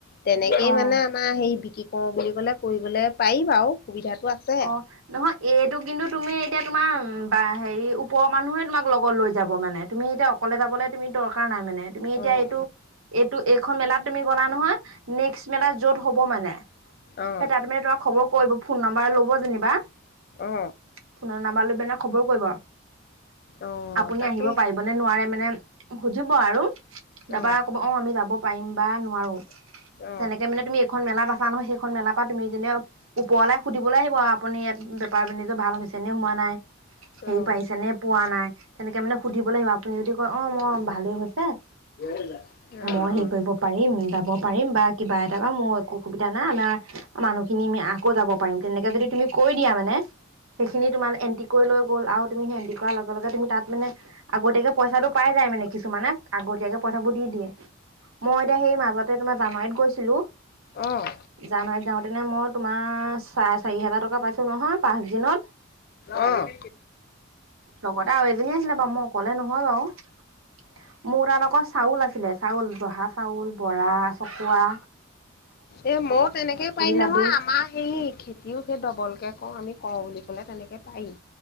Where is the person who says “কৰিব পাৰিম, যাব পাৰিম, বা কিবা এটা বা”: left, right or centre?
Right